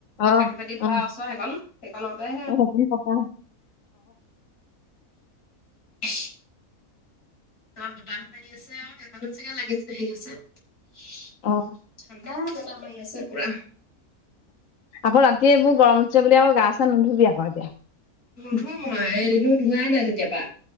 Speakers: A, on the left; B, on the left.
A: অ
B: কাঁহী-বাতি ধোৱা
A: অ অ
B: ওচৰ সেইকণ, সেইকণতে।
A: অ', সেইখিনি পকা।
B: হ তা বতাহ মাৰি আছে আৰু সেইকাৰণেও চাগে লাগিছে, হেৰি আছে।
A: অ',
B: ঠাণ্ডা, বতাহ মাৰি আছে পুৰা।
A: আকৌ ৰাতিয়ে এইবোৰ গৰম উঠিছে বুলি, আকৌ গা চা নুধুবি আকৌ এতিয়া।
B: নোধো মই, এদিনো ধোৱাই নাই তেতিয়া পৰা।